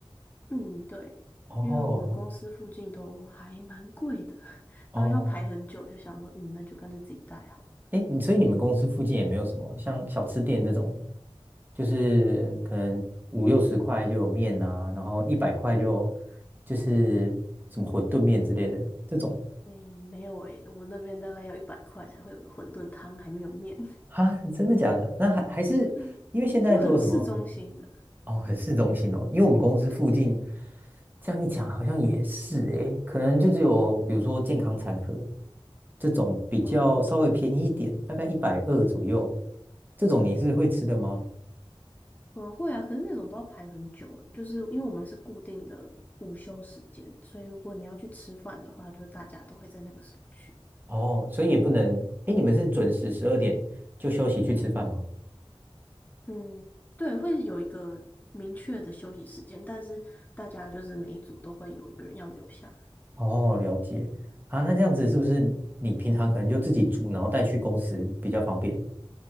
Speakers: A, on the left; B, on the right.
A: 嗯，对，
B: 哦
A: 因为我们公司附近都还蛮贵的，<laughs>
B: 哦，
A: 然后要排很久，就想说，嗯，那就干脆自己带好了。
B: 哎，你所以你们公司附近也没有什么像小吃店这种，就是可能五六十块就有面啊，然后一百块就就是什么馄饨面之类的这种
A: 嗯，没有诶、我那边大概要一百块才会有个馄饨汤，还没有面，
B: 啊，真的假的？那还还是因为现在都有什么？
A: <laughs> 对啊，就很市中心的，
B: 哦，很市中心哦，因为我们公司附近，
A: 对，
B: 这样一讲好像也是诶，可能就只有比如说健康餐盒这种比较稍微便宜一点，
A: 嗯。
B: 大概一百二左右，这种你是会吃的吗？
A: 嗯，会啊，可是那种都要排很久诶，就是因为我们是固定的午休时间，所以如果你要去吃饭的话，就大家都会在那个时候去。
B: 哦，所以也不能，诶，你们是准时十二点就休息去吃饭吗？
A: 嗯，对，会有一个明确的休息时间，但是大家就是每一组都会有一个人要留下来。
B: 哦，了解啊，那这样子是不是你平常可能就自己煮，然后带去公司比较方便？